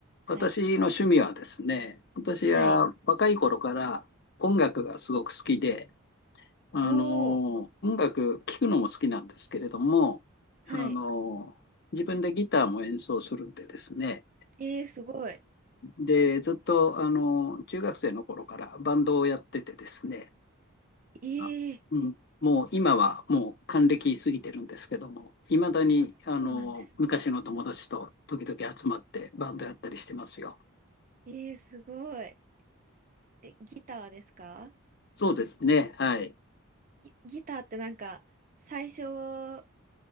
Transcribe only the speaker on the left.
私の趣味はですね、
私は若い頃から音楽がすごく好きで、
あの、
音楽聴くのも好きなんですけれども、
あの、自分でギターも演奏するんでですね、
で、ずっと、あの、中学生の頃からバンドをやっててですね、
あうん、もう今はもう還暦過ぎてるんですけども、いまだにあの昔の友達と時々集まってバンドやったりしてますよ。
そうですね。はい。